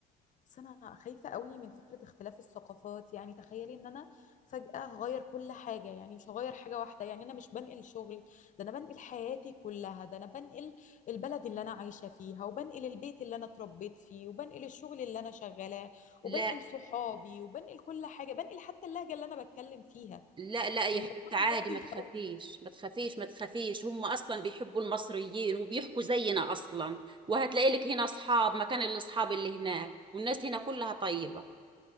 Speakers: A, on the left; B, on the right.
A: بس انا خايفه قوي من فكره اختلاف الثقافات يعني تخيلي ان انا فجاه هغير كل حاجه يعني مش هغير حاجه واحده يعني انا مش بنقل شغل ده انا بنقل حياتي كلها ده انا بنقل البلد اللي انا عايشه فيها وبنقل البيت اللي انا اتربيت فيه وبنقل الشغل اللي انا شغالاه
B: لا
A: وبنقل صحابي وبنقل كل حاجه بنقل حتى اللهجه اللي انا بتكلم فيها
B: لا لا
A: فالموضوع
B: يا حبيبتي عادي
A: بجد
B: ما
A: يخوف
B: تخافيش ما تخافيش ما تخافيش هم أصلا بيحبوا المصريين وبيحكوا زينا أصلا وهتلاقي لك هنا أصحاب مكان الأصحاب اللي هناك والناس هنا كلها طيبة